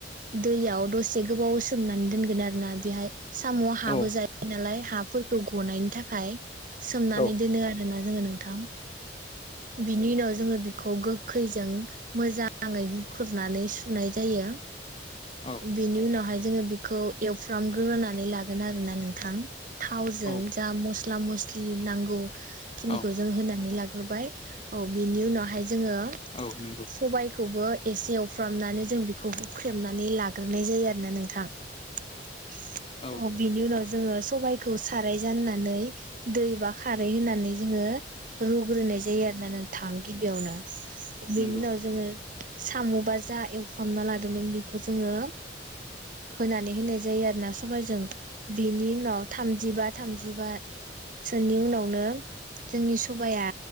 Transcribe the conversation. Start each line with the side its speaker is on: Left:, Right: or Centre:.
Right: दैयाव दसे गोबाव सोमनानै दोनगोन आरोना बेहाय साम'आ हाबो
Left: औ
Right: जायो नालाय। फोरखौ गनायनि थाखाय सोमनानै
Left: औ
Right: दोनो आरोना। जोङो नोंथां। बिनि उनाव जो जोङो बिखौ गोखैजों मोजाङै खुरनानै सुनाय जायो
Left: औ
Right: बिनि उनावहाय जोङो बेखौ एवफ्रामग्रोनानै लागोन आरो ना नोंथां थावजों
Left: औ
Right: जा मस मस्ला मस्लि नांगौ खिनिखौ
Left: औ
Right: जों होनानै लाग होबाय औ बिनि उनावहाय जोङो
Left: औ नंगौ
Right: सबायखौ खौबो एसे एवफ्रामनानै जों बेखौ हुख्रेमनानै लाग्रोनाय जायो आरोना नोंथां अ
Left: औ
Right: बिनि उनाव जो जोङो सबाय खौ साराय जाननानै दै बा खारै होनानै जोङो रुग्रोनाय जायो आरो ना नोंथां गिबियावनो बेनि
Left: नंगौ
Right: उनाव जोङो साम बा जा एवफ्रामना लादोंमोन बेखौ जोङो होनानै होनाय जायो आरोना सबबायजों बेनि उनाव थामजिबा थामजिबासोनि उनावनो जोंनि सबाया